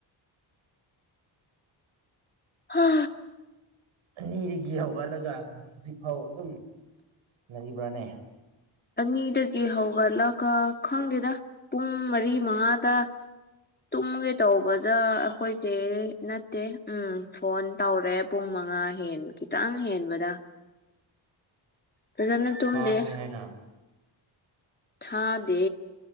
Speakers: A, on the left; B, on the right.
A: ꯍ
B: ꯑꯅꯤꯗꯒꯤ ꯍꯧꯒꯠꯂꯒ ꯍꯧꯖꯤꯛꯐꯥꯎ ꯑꯗꯨꯝ ꯂꯩꯕ꯭ꯔꯥꯅꯦ
A: ꯑꯅꯤꯗꯒꯤ ꯍꯧꯒꯠꯂꯒ ꯈꯪꯗꯦꯗ ꯄꯨꯡ ꯃꯔꯤ ꯃꯉꯥꯗ ꯇꯨꯝꯒꯦ ꯇꯧꯕꯗ ꯑꯩꯈꯣꯏꯁꯦ ꯅꯠꯇꯦ ꯎꯝ ꯐꯣꯟ ꯇꯧꯔꯦ ꯄꯨꯡ ꯃ ꯃꯉꯥ ꯍꯦꯟ ꯈꯤꯇꯪ ꯍꯦꯟꯕꯗ ꯑꯗꯨꯖꯅ ꯇꯨꯡ
B: ꯊꯥꯈ꯭ꯔꯦ
A: ꯗꯦ
B: ꯍꯥꯏꯅ
A: ꯊꯥꯗꯦ